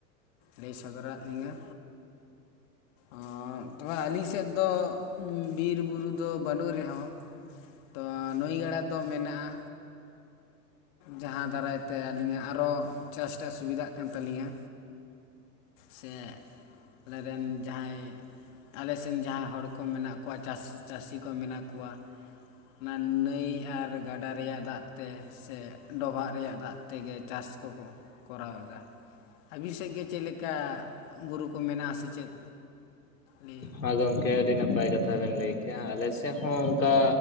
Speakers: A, on the left (about 50°); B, on the left (about 85°).
A: ᱞᱟᱹᱭ ᱥᱚᱫᱚᱨᱟᱜ ᱞᱤᱧᱟᱹ ᱚ ᱛᱚᱵᱮ ᱟᱹᱞᱤᱧ ᱥᱮᱫ ᱫᱚ ᱵᱤᱨ ᱵᱩᱨᱩ ᱫᱚ ᱵᱟᱹᱱᱩᱜ ᱨᱮᱦᱚᱸ ᱛᱚ ᱱᱟᱹᱭ ᱜᱟᱰᱟ ᱫᱚ ᱢᱮᱱᱟᱜᱼᱟ ᱡᱟᱦᱟᱸ ᱫᱟᱨᱟᱭ ᱛᱮ ᱟᱹᱞᱤᱧᱟᱜ ᱟᱨᱚ ᱪᱟᱥ ᱴᱟᱜ ᱥᱩᱵᱤᱫᱷᱟᱜ ᱠᱟᱱ ᱛᱟᱞᱤᱧᱟ ᱥᱮ ᱟᱞᱮ ᱨᱮᱱ ᱡᱟᱦᱟᱸᱭ ᱟᱞᱮ ᱥᱮᱱ ᱡᱟᱦᱟᱸᱭ ᱦᱚᱲ ᱠᱚ ᱢᱮᱱᱟᱜ ᱠᱚᱣᱟ ᱪᱟᱥ ᱪᱟᱹᱥᱤ ᱠᱚ ᱢᱮᱱᱟᱜ ᱠᱚᱣᱟ ᱚᱱᱟ ᱱᱟᱹᱭ ᱟᱨ ᱜᱟᱰᱟ ᱨᱮᱭᱟᱜ ᱫᱟᱜ ᱛᱮ ᱥᱮ ᱰᱚᱵᱷᱟᱜ ᱨᱮᱭᱟᱜ ᱫᱟᱜ ᱛᱮᱜᱮ ᱪᱟᱥ ᱠᱚᱠᱚ ᱠᱚᱨᱟᱣ ᱮᱫᱟ ᱟᱵᱤᱱ ᱥᱮᱫ ᱜᱮ ᱪᱮᱫ ᱞᱮᱠᱟ ᱵᱩᱨᱩ ᱠᱚ ᱢᱮᱱᱟᱜᱼᱟ ᱥᱮ ᱪᱮᱫ ᱞᱟᱹᱭ
B: ᱦᱚᱸ ᱜᱚᱢᱠᱮ ᱟᱹᱰᱤ ᱱᱟᱯᱟᱭ ᱠᱟᱛᱷᱟ ᱵᱮᱱ ᱞᱟᱹᱭ ᱠᱮᱜᱼᱟ ᱟᱞᱮᱥᱮᱫ ᱦᱚᱸ ᱚᱱᱠᱟ